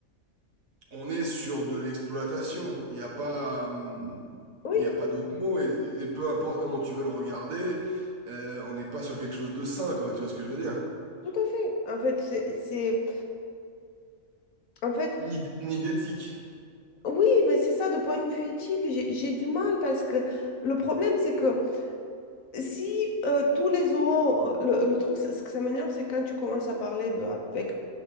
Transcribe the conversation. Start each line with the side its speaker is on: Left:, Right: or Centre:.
Right: on est sur de l'exploitation. Il n'y a pas, hum,
Left: Oui,
Right: il y a pas d'autre mot. Et, et peu importe comment tu veux le regarder, euh, on n'est pas sur quelque chose de sain, quoi. Tu vois ce que je veux dire?
Left: tout à fait. En fait, c'est, c'est- en fait,
Right: Ni, d- ni d'éthique.
Left: oui, mais c'est ça, de point de vue éthique, j'ai, j'ai du mal parce que le problème, c'est que si euh, tous les zoos, euh, le, le truc, c'est- ce que ça m'énerve, c'est quand tu commences à parler de- avec